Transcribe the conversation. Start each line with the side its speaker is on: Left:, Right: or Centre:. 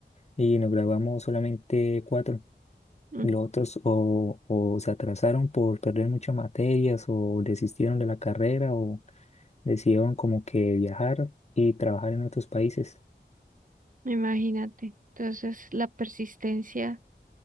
Left: y nos graduamos solamente cuatro.
Right: Mm,
Left: Los otros o, o se atrasaron por perder muchas materias o desistieron de la carrera o decidieron como que viajar y trabajar en otros países.
Right: Imagínate. Entonces la persistencia